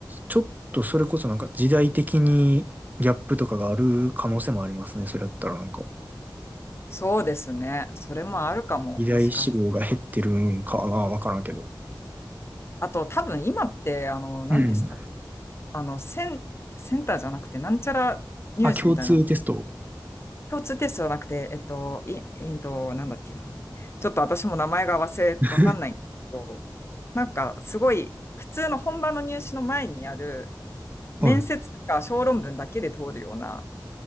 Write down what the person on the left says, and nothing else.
そうですね。それもあるかも、
もしかして。
あと、多分今って、あの、何でした
あの、セン、センターじゃなくて、なんちゃら入試みたいな、
共通テストじゃなくて、えっと、い、えっと、なんだっけな。ちょっと私も名前が忘れ、
わかんないんだけど、なんか、すごい、普通の本番の入試の前にやる、面接とか小論文だけで通るような、